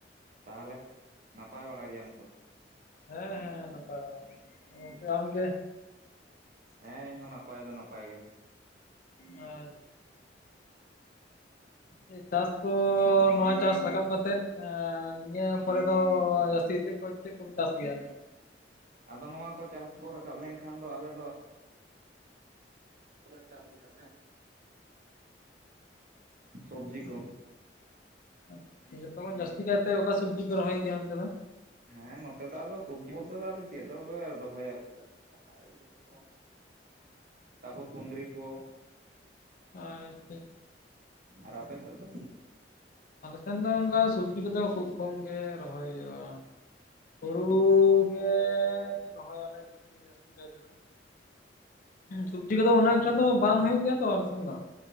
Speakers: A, on the right; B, on the left.
A: ᱛᱟᱦᱚᱞᱮ ᱱᱟᱯᱟᱭ ᱵᱟᱲᱟ ᱜᱮᱭᱟᱢ ᱛᱚ?
B: ᱦᱮᱸ ᱦᱮᱸ ᱱᱟᱯᱟᱭ ᱵᱟᱲᱟ ᱜᱮ, ᱜᱚᱝᱠᱮ ᱟᱢ ᱜᱮ?
A: ᱦᱮᱸ ᱤᱧᱦᱚᱸ ᱱᱟᱯᱟᱭ ᱫᱚ ᱱᱟᱯᱟᱭ ᱜᱮ᱾
B: ᱟᱪ
A: <inaudible>
B: ᱪᱟᱥ ᱠᱚ ᱱᱚᱣᱟ ᱪᱟᱥ ᱨᱟᱠᱟᱵ ᱠᱟᱛᱮᱫ ᱱᱤᱭᱟᱹ ᱯᱚᱨᱮ ᱫᱚ ᱡᱟᱹᱥᱛᱤ ᱪᱮᱫ ᱠᱚ ᱪᱮᱫ ᱠᱚᱯᱮ ᱪᱟᱥ ᱜᱮᱭᱟ?
A: ᱟᱫᱚ ᱱᱚᱣᱟ ᱠᱚ ᱪᱟᱥ ᱠᱚ ᱨᱟᱠᱟᱵ ᱞᱮᱱᱠᱷᱟᱱ ᱫᱚ ᱟᱞᱮ ᱫᱚ ᱮᱻ <unintelligible> ᱪᱟᱥ ᱜᱮᱭᱟ ᱥᱮ᱾ ᱥᱚᱵᱡᱤ ᱠᱚ᱾
B: ᱟᱪᱪᱷᱟ ᱡᱚᱛᱚᱠᱷᱚᱱ ᱡᱟᱹᱥᱛᱤ ᱠᱟᱭᱛᱮ ᱚᱠᱟ ᱥᱚᱵᱡᱤ ᱯᱮ ᱨᱚᱦᱚᱭ ᱜᱮᱭᱟ ᱚᱱᱛᱮ ᱫᱚ?
A: ᱦᱮᱸ ᱱᱚᱛᱮ ᱫᱚ ᱟᱫᱚ ᱥᱚᱵᱡᱤ ᱵᱚᱞᱛᱮ ᱫᱚ ᱟ ᱪᱮᱫ ᱫᱚ ᱨᱚᱦᱚᱭᱟᱞᱮ ᱟᱞᱮ ᱟᱹᱞᱩ ᱠᱚ ᱛᱟᱯᱚᱨ ᱠᱩᱸᱫᱽᱨᱤ ᱠᱚ᱾
B: ᱟᱪᱪᱷᱟ᱾
A: ᱟᱨ ᱟᱯᱮ ᱥᱮᱫ ᱫᱚ
B: ᱟᱞᱮ ᱥᱮᱱ ᱫᱚ ᱚᱱᱠᱟ ᱥᱚᱵᱡᱤ ᱠᱚᱫᱚ ᱠᱷᱩᱵ ᱠᱚᱢ ᱜᱮ ᱨᱚᱦᱚᱭ ᱦᱩᱭᱩᱜᱼᱟ᱾ ᱦᱩᱲᱩ ᱜᱮ ᱨᱚᱦᱚᱭᱟᱞᱮ ᱡᱟᱹᱥᱛᱤ ᱠᱟᱭ ᱛᱮᱫᱚ᱾
A: ᱚ
B: ᱥᱚᱵᱡᱤ ᱠᱚᱫᱚ ᱩᱚᱱᱚᱜ ᱟᱡᱷᱟ ᱫᱚ ᱵᱟᱝ ᱦᱩᱭᱩᱜ ᱜᱮᱭᱟ ᱛᱚ ᱟᱞᱮ ᱥᱮᱱ ᱫᱚ᱾